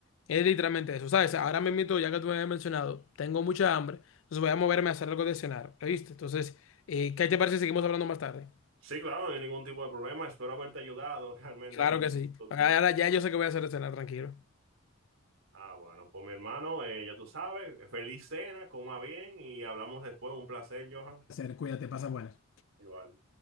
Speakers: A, on the left; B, on the right.
A: Es literalmente eso, ¿sabes? Ahora me invito, ya que tú me habías mencionado, tengo mucha hambre, entonces voy a moverme a hacer algo de cenar, ¿viste? Entonces, eh, ¿qué te parece si seguimos hablando más tarde?
B: Sí, claro, no hay ningún tipo de problema. Espero haberte ayudado <laughs> realmente
A: Claro
B: con
A: que sí.
B: tu
A: Ahora ya yo sé que voy a hacer de cenar, tranquilo.
B: Ah, bueno, pues mi hermano, eh, ya tú sabes, feliz cena, coma bien y hablamos después. Un placer, Johan.
A: Hacer, cuídate, pasa buenas.
B: Igual.